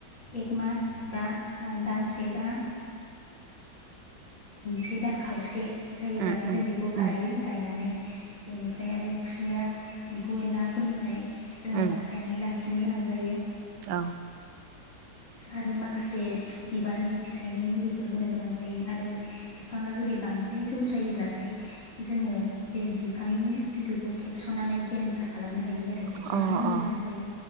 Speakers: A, on the left; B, on the right.
A: एक मास बा दानसे बा से दान खावसे जायोब्लाथाय
B: उम उम
A: जों
B: उम
A: बेखौ गायो, गायनानै बेनिफ्राय आरो खुसेंग्रा एम्फौ एनलाफोरनिफ्राय जोङो
B: उम औ
A: बासायनानै
B: अ उम
A: लाखिनो गोनां जायो।
B: औ।
A: आरो माखासे बिबारनि फिथाइनि मुलिफोर होनो गोनां जायो आरो बिफाङा जुदि बां फ्राय जौद्रायोब्लाथाय जोङो बे बिफांनि बिजौखौ खेबस'नानै गेरेमसा खालामनो हायो आरो।
B: उम
A: खेबस'नानै होनो गोनां जायो।